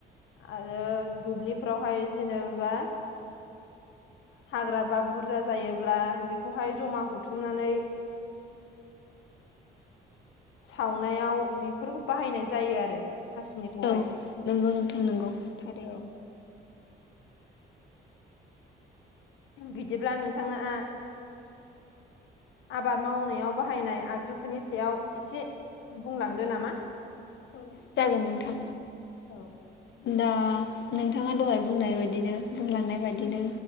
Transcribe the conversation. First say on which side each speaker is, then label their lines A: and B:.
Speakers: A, on the left; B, on the left.
A: आरो दुब्लिफ्रावहाय जेनोबा हाग्रा बा बुरजा जायोब्ला बेखौहाय जमा हथुमनानै सावनायाव बेफोरखौ बाहायनाय जायो आरो। हासिनिखौहाय
B: औ नंगौ नोंथां नंगौ थारैनो।
A: औ बिदिब्ला नोंथाङा आबाद मावनायाव बाहायनाय आगजुफोरनि सायाव एसे बुंलांदो नामा।
B: औ जागोन नोंथां।
A: औ
B: दा नोंथाङा दहाय बुंनाय बायदिनो बुंलांनाय बायदिनो